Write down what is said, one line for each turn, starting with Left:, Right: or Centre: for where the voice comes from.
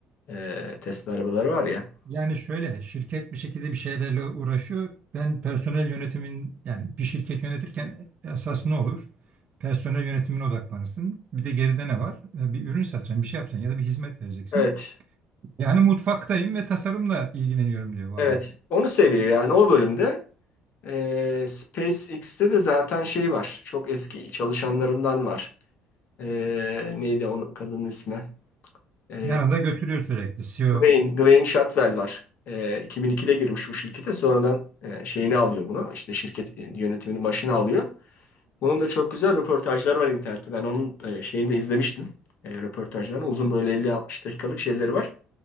Left: e, Tesla arabaları var ya.
Right: Yani şöyle şirket bir şekilde bir şeylerle uğraşıyor. Ben personel yönetimin yani bir şirket yönetirken esas ne olur? Personel yönetimine odaklanırsın. Bir de geride ne var? E, Bir ürün satacaksın, bir şey yapacaksın ya da bir hizmet vereceksin.
Left: Evet,
Right: Yani mutfaktayım ve tasarımla ilgileniyorum diyor bu
Left: evet.
Right: adam.
Left: Onu seviyor yani o bölümde. E, SpaceX'te de zaten şey var. Çok eski çalışanlarından var. E, neydi o kadının ismi? E,
Right: Yanında götürüyor sürekli. CEO
Left: Gwen, Gwen Shotwell var. E, 2002'de girmiş bu şirkete. Sonradan e, şeyini alıyor bunu. İşte şirket e, yönetiminin başına alıyor. Bunun da çok güzel röportajları var internette. Ben onun e, şeyini de izlemiştim. E, röportajlarını. Uzun böyle 50-60 dakikalık şeyleri var.